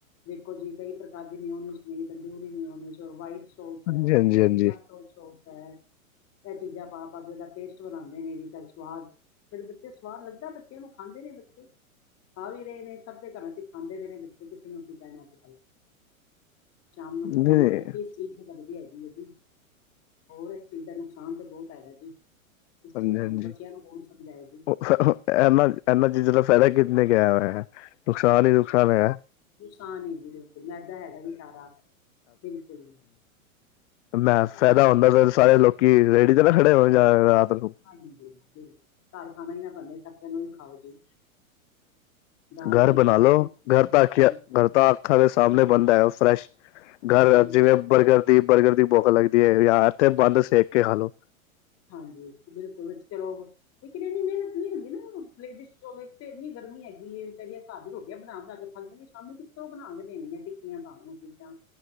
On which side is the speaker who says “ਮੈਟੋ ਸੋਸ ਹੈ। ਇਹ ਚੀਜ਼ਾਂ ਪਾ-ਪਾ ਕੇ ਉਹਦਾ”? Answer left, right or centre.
Left